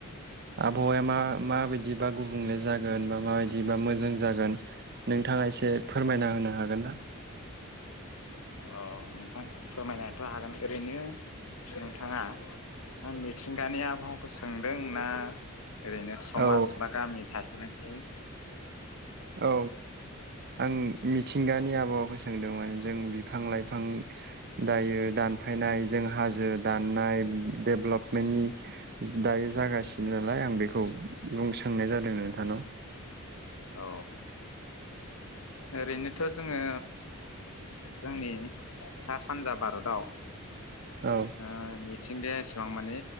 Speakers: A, on the right; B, on the left.
A: आबहावाया मा माबायदिबा गुबुंले जागोन बा माबायदिबा मोजां जागोन नोंथाङा एसे फोरमायना होनो हागोनना?
B: अ नोंथां फोरमायनायथ' हागोन ओरैनो नोंथाङा मिथिंगानि आबहावाखौ सोंदों ना? ओरैनो समाज
A: औ
B: बा गामि थासारि <inaudible>
A: औ आं मिथिंगानि आबहावाखौ सोंदोंमोन जों बिफां लाइफां दायो दानफायनाय जों हाजो दाननाय डेभेलपमेन्टनि दायो जागासिनो नालाय आं बेखौ बुंनो सोंनाय जादों नोंथानाव।
B: औ। ओरैनोथ' जोङो जोंनि सा सानजा भारताव
A: औ
B: ओ मिथ मिथिंगाया एसेबां माने